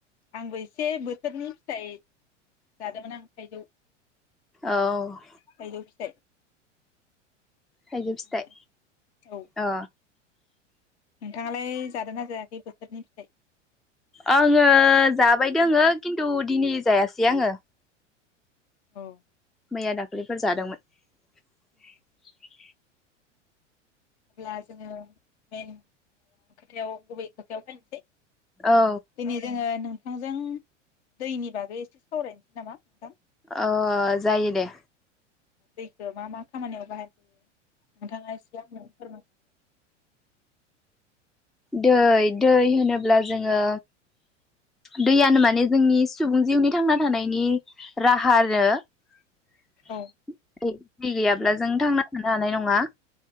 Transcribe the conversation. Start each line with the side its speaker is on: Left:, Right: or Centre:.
Left: आंबो एसे बोथोरनि फिथाइ जादोंमोन आं थाइजौ
Centre: औ।
Left: थाइजौ फिथाइ
Centre: थाइजौ
Left: जाखांबाय
Centre: फिथाइ
Left: औ
Centre: अ
Left: नोंथाङालाय जादों ना जायाखै बोथोरनि फिथाइ?
Centre: आङो जाबाय दोङो खिन्थु दिनै जायासै आङो।
Left: औ।
Centre: मैया दाखालिफोर जादोंमोन।
Left: औ अब्ला जोङो मेन खोथायाव गुबै खोथायाव फैसै
Centre: औ
Left: दिनै जोङो नोंथांजों दैनि बागै एसे सावरायनोसै नामा नोंथां?
Centre: अ जायो दे।
Left: दैखौ मा मा खामानियाव बाहाय जायो। नोंथाङा एसे आंनो फोरमायनो
Centre: दै दै होनोब्ला जोङो दैयानो माने जोंनि सुबुं जिउनि थांना थानायनि राहा आरो <unintelligible>
Left: औ
Centre: अब्ला जों थांना थानो हानाय नङा।